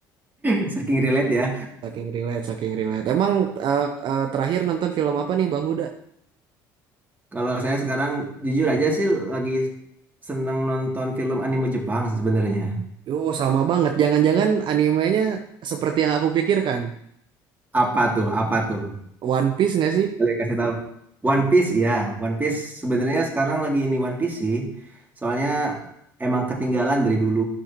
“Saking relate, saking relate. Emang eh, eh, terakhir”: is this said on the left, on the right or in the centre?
Right